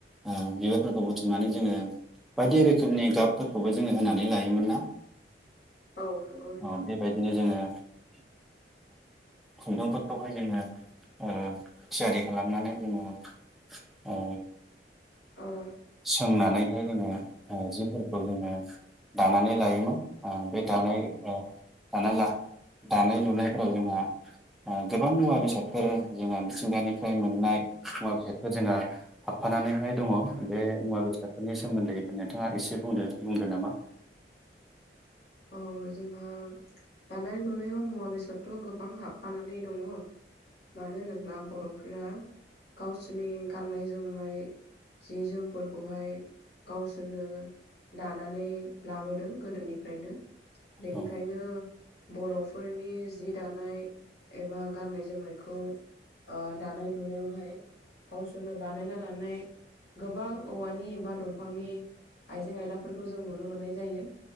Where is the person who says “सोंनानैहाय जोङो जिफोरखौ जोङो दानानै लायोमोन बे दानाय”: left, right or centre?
Centre